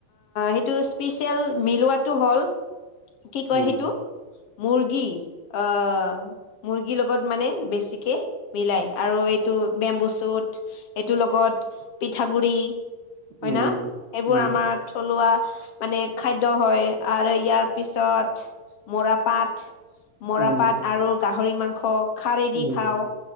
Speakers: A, on the left (about 60°); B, on the right (about 55°).
A: সেইটো স্পেচিয়েল মিলোৱাটো হ'ল কি কয়
B: উম
A: সেইটো মুৰ্গী আহ মুৰ্গীৰ লগত মানে বেছিকে মিলাই, আৰু এইটো বেম্বু চুট এইটোৰ লগত পিঠাগুৰি
B: উম
A: হয় ন এইবোৰ
B: উম
A: আমাৰ থলুৱা মানে খাদ্য হয় আৰু ইয়াৰ পিছত মৰাপাট, মৰাপাট
B: উম
A: আৰু গাহৰি মাংস। খাৰদি
B: উম
A: খাওঁ